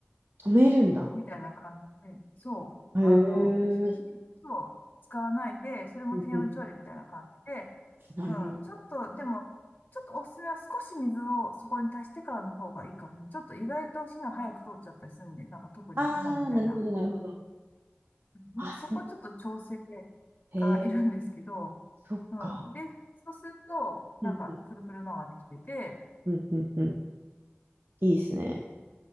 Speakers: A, on the right; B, on the left.
A: 止めるんだ。
B: みたいな感じで、そう、
A: へえ。
B: あの、ひ火を使わないで、それも低温調理みたいな感じで、
A: うんうん。なるほど。
B: うん、ちょっと、でも、ちょっとおすすめは少し水をそこに足してからの方がいいかもしれない。ちょっと意外と火が早く通っちゃったりするんで、なんか特に今みたいな、
A: ああ、なるほど、なるほど。
B: こう、なんかそこはちょっと調整
A: あ、そう。へえ、
B: がいるんですけど、
A: そっか。
B: うん。で、そうすると、なんかプルプルのができてて、
A: うんうんうんうんうん。いいですね。